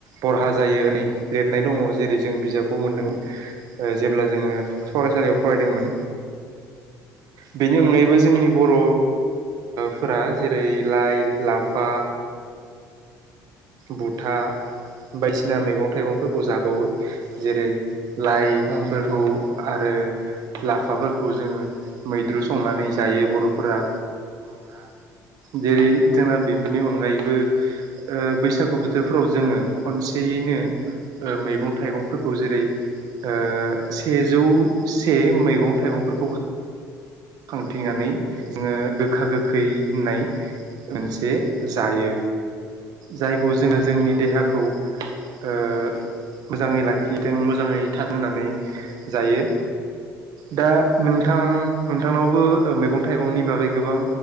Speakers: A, on the right; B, on the right.
A: बरहा जायो होनै लिरनाय दङ जेरै जों बिजाबव मोनदोंमोन जेब्ला जोङो फरायसा- लियाव फरायदोंमोन बेनि अनगायैबो जोंनि बर' फोरा जेरै लाइ लाफा बुथा बायदिसिना मैगं थाइगंफोरखौ जाबावो जेरै लाइफोरखौ
B: औ नोंथां
A: आरो लाफाफोरखौ जोङो मैद्रु संनानै जायो बर'फोरा
B: फोरा
A: जेरै जोंना बेफोरनि अनगायैबो ओ बैसागु बोथोरफ्राव जोङो खनसेयैनो ओ मैगं थाइगंफोरखौ जेरै ओ सेजौ से मैगं थाइगंफोरखौ खांथिंनानै जोङो गोखा गोखै होननाय मोनसे जायो जायखौ जोङो
B: औ नोंथां
A: जोंनि देहाखौ ओ ओ मोजाङै लाखिथों मोजाङै थाथों होननानै जायो। दा नोंथां नोंथांनावबो मैगं थाइगंनि बागै गोबां